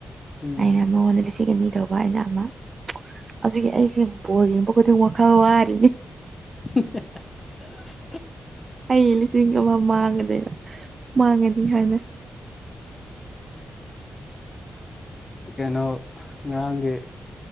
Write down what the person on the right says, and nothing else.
ꯑꯩꯅ ꯃꯉꯣꯟꯗ ꯂꯤꯁꯤꯡ ꯑꯅꯤ ꯇꯧꯕ ꯑꯩꯅ ꯑꯃ ꯑꯗꯨꯒꯤ ꯑꯩꯁꯦ ꯕꯣꯜ ꯌꯦꯡꯕ ꯑꯩꯈꯣꯏꯗꯤ ꯋꯥꯈꯜ ꯋꯥꯔꯤꯅꯤ
ꯑꯩ ꯂꯤꯁꯤꯡ ꯑꯃ ꯃꯥꯡꯉꯅꯦꯅ ꯃꯥꯡꯉꯅꯤ ꯍꯥꯏꯅ